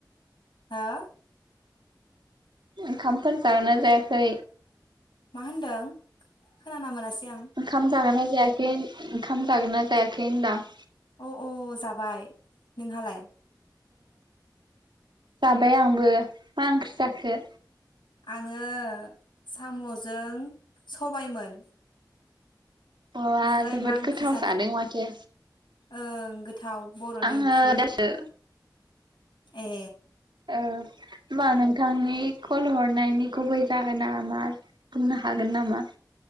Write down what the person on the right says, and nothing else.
ओंखामफोर जागोन ना जायाखै?
ओंखाम जागोना जायाखै ओंखाम जागोना जायाखै होनदां?
जाबाय आंबो मा ओंख्रि जाखो?
अ
आ जोबोद
गोथाव
जादों माथो।
आङो
दासो
औ होमबा नोंथांनि कल हरनायनि गुबै जाहोना मा बुंनो हागोन नामा?